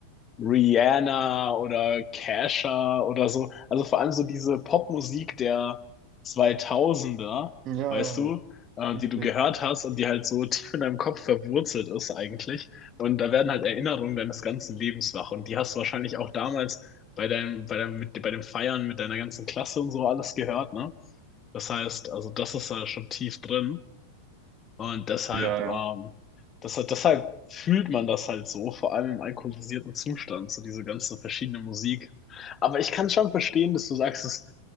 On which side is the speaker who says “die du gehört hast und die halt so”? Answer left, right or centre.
Left